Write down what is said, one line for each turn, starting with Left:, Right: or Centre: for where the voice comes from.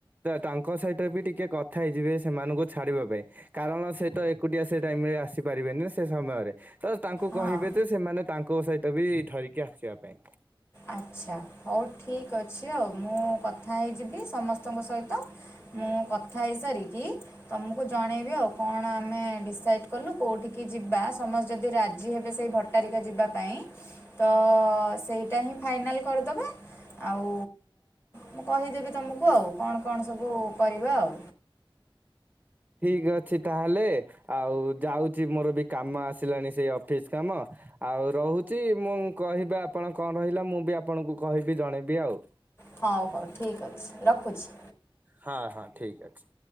Right: ତାଙ୍କ ସହିତ ବି ଟିକେ କଥା ହେଇଯିବେ ସେମାନଙ୍କୁ ଛାଡିବା ପାଇଁ କାରଣ ସେ ତ ଏକୁଟିଆ ସେ ଟାଇମ ରେ ଆସିପାରିବେନି ସେ ସମୟରେ। ତ ତାଙ୍କୁ
Left: ହଁ
Right: କହିବେ ଯେ ସେମାନେ ତାଙ୍କ ସହିତ ବି ଧରିକି ଆସିବା ପାଇଁ।
Left: ଆଚ୍ଛା ହଉ ଠିକ୍ ଅଛି ଆଉ ମୁଁ କଥା ହେଇଯିବି ସମସ୍ତଙ୍କ ସହିତ। ମୁଁ କଥା ହେଇସାରିକି ତମକୁ ଜଣେଇବି ଆଉ କଣ ଆମେ ଡିସାଇଡ କଲୁ କୋଉଠିକି ଯିବା ସମସ୍ତେ ଯଦି ରାଜି ହେବେ ସେଇ ଘ ତାରିଖ ଯିବା ପାଇଁ ତ ସେଇଟା ହିଁ ଫାଇନାଲ୍ କରିଦେବା। ଆଉ ମୁଁ କହିଦେବି ତୁମକୁ ଆଉ କଣ କଣ ସବୁ କରିବା ଆଉ।
Right: ଠିକ ଅଛି ତାହେଲେ ଆଉ ଯାଉଛି ମୋର ବି କାମ ଆସିଲାଣି ସେଇ ଅଫିସ କାମ। ଆଉ ରହୁଛି ମୁଁ କହିବି ଆପଣ କଣ ରହିଲା ମୁଁ ବି ଆପଣଙ୍କୁ କହିବି ଜଣେଇବି ଆଉ।
Left: ହଉ ହଉ ଠିକ୍ ଅଛି ରଖୁଛି।
Right: ହଁ ହଁ ଠିକ୍ ଅଛି।